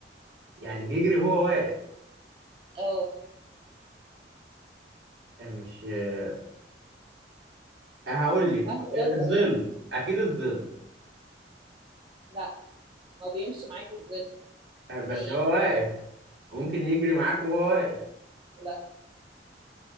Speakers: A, on the right; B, on the right.
A: يعني بيجري هو واقف
B: اه
A: أه، مش أه، هقول لك
B: ها يلا
A: الظل
B: يلا
A: اكيد الظل
B: لا هو بيمشي معاك الظل
A: أه، بس
B: هنية
A: هو واقف ممكن يجري معاك
B: بس
A: وهو واقف
B: لا